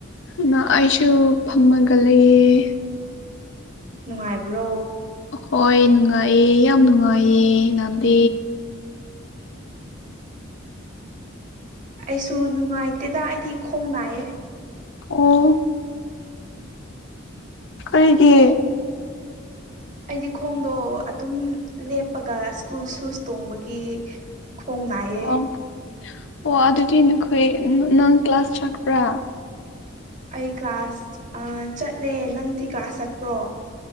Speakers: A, on the left; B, on the right.
A: ꯑꯗꯨ ꯑꯩꯁꯨ ꯐꯝꯃꯒ ꯂꯩꯌꯦ
B: ꯅꯨꯡꯉꯥꯏꯕ꯭ꯔꯣ
A: ꯍꯣꯏ ꯅꯨꯡꯉꯥꯏꯌꯦ ꯌꯥꯝ ꯅꯨꯡꯉꯥꯏꯌꯦ ꯅꯥꯟꯗꯤ
B: ꯑꯩꯁꯨ ꯅꯨꯡꯉꯥꯏꯇꯦꯗ ꯑꯩꯗꯤ ꯈꯣꯡ ꯅꯥꯏꯌꯦ
A: ꯑꯣ ꯈꯣꯏꯒꯤ
B: ꯑꯩꯗꯤ ꯈꯣꯡꯗꯣ ꯑꯗꯨꯝ ꯂꯦꯞꯄꯒ ꯁ꯭ꯀꯨꯜ ꯁꯨꯁ ꯇꯣꯡꯕꯒꯤ ꯈꯣꯡꯅꯥꯏꯌꯦ
A: ꯑꯣ ꯑꯣ ꯑꯗꯨꯗꯤ ꯅꯈꯣꯏ ꯅꯪ ꯀ꯭ꯂꯥꯁ ꯆꯠꯄ꯭ꯔꯥ
B: ꯑꯩ ꯀ꯭ꯂꯥꯁ ꯆꯠꯂꯦ ꯅꯪꯗꯤ ꯀ꯭ꯂꯥꯁ ꯆꯠꯄ꯭ꯔꯣ